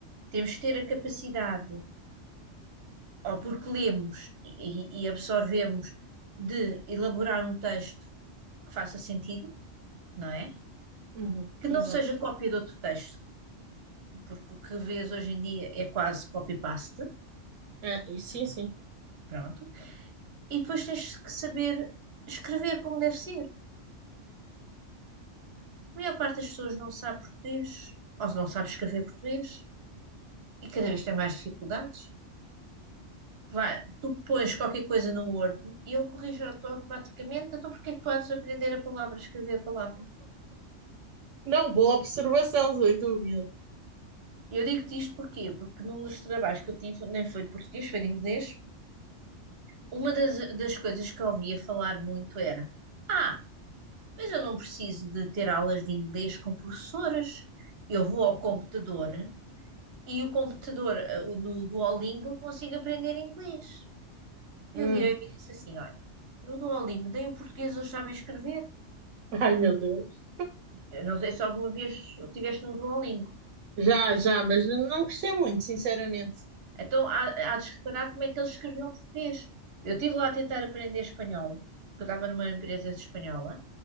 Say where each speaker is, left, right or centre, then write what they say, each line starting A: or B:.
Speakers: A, on the right; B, on the right.
A: Temos que ter a capacidade, ou porque lemos e, e absorvemos, de elaborar um texto que faça sentido, não é?
B: Uhum,
A: Que não
B: exato.
A: seja cópia de outro texto, porque o que vês hoje em dia é quase copy-paste,
B: É, e sim, sim.
A: pronto. E depois tens que saber escrever como deve ser. A maior parte das pessoas não sabe português, ou não sabe escrever português. e cada vez tem mais dificuldades. Vai, tu pões qualquer coisa no Word e ele corrige auto- automaticamente, então porquê é que tu há de aprender a palavra, escrever a palavra?
B: Não, boa observação, sem dúvida.
A: E eu digo-te isto porquê? Porque num dos trabalhos que eu tive, nem foi de português, foi de inglês, uma das, das coisas que eu ouvia falar muito era: Ah, mas eu não preciso de ter aulas de inglês com professoras, eu vou ao computador e o computador, eh, o- no Duolingo, eu consigo aprender inglês. E
B: Hum.
A: eu virei e disse assim: olha, no Duolingo, nem o português eles sabem escrever.
B: Ai, meu Deus.
A: Eu não sei se alguma vez estiveste no Duolingo.
B: Já, já, mas não gostei muito, sinceramente.
A: Então há, há de se reparar como é que eles escreviam português. Eu estive lá a tentar aprender espanhol, porque eu estava numa empresa espanhola.